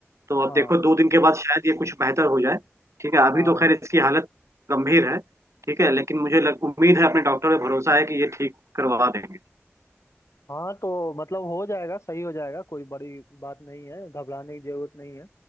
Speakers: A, on the right; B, on the left.
A: तो
B: हाँ
A: अब देखो दो दिन के बाद शायद ये कुछ बेहतर हो जाए ठीक है अभी
B: हाँ
A: तो खैर इसकी हालत गंभीर है ठीक है लेकिन मुझे लग, उम्मीद है अपने डॉक्टर पे भरोसा है कि ये ठीक करवा देंगे
B: हाँ तो मतलब हो जाएगा सही हो जाएगा कोई बड़ी बात नहीं है घबराने की जरूरत नहीं है